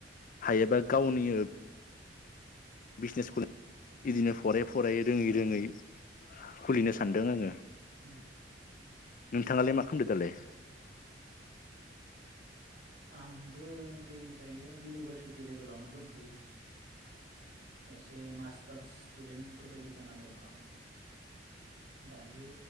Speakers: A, on the left (about 45°); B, on the right (about 60°).
A: हायोबा गावनि बिजनेस बिदिनो फरायै फरायै रोङै
B: औ
A: रोङै खुलिनो सानदों आङो
B: अम
A: नोंथाङालाय मा खामदोदालाय
B: आंबो दै दायो इउनिभारसिटि लेभेलावनो दंथ'यो एसे मास्टार स्टुडेन्ट फोरबायदि जाना दङ आङो दायो